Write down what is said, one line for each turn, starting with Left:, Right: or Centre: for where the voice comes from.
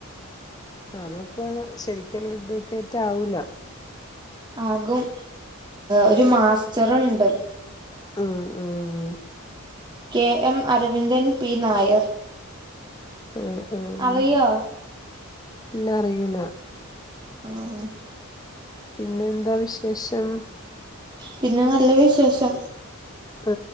Left: അതപ്പോ ശരിക്കുള്ള അഡ്വക്കേറ്റ് ആവൂല
Right: ആകും ഒരു മാസ്റ്റർ ഒണ്ട്
Left: ആഹ് ആഹ്
Right: K M Aravindan P Nair
Left: ആഹ് ആഹ്
Right: അറിയോ
Left: ഇല്ലാ അറിയില്ല
Right: ആഹ് ഉം
Left: പിന്നെന്താ വിശേഷം
Right: പിന്നെ നല്ല വിശേഷം
Left: ആ